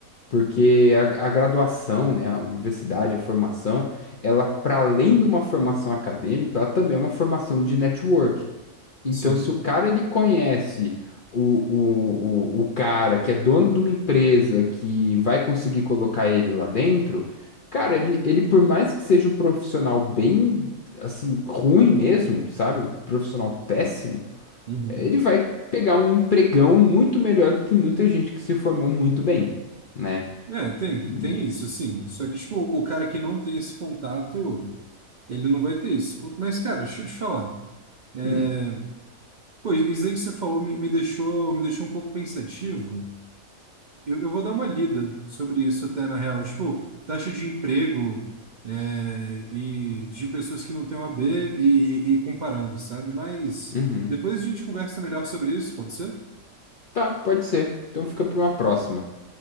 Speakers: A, on the left (about 60°); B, on the right (about 60°).
A: Porque a, a graduação, né, a universidade, a formação, ela, para além de uma formação acadêmica, ela também é uma formação de network. Então,
B: Sim.
A: se o cara ele conhece o, o, o, o cara que é dono de uma empresa que vai conseguir colocar ele lá dentro, cara, ele, ele por mais que seja um profissional bem, assim, ruim mesmo, sabe? Um profissional péssimo,
B: Uhum.
A: ele vai pegar um empregão muito melhor do que muita gente que se formou muito bem, né?
B: É, tem,
A: E.
B: tem isso, sim. Só que, tipo, o cara que não tem esse contato, ele não vai ter isso. Mas, cara, deixa eu te falar. É,
A: hum,
B: pô, isso aí que você falou me, me deixou, me deixou um pouco pensativo. Eu, eu vou dar uma lida sobre isso até, na real. Tipo, taxa de emprego, é, e de pessoas que não têm OAB e, e comparando, sabe? Mas
A: uhum.
B: depois a gente conversa melhor sobre isso, pode ser?
A: Tá, pode ser. Então fica para uma próxima.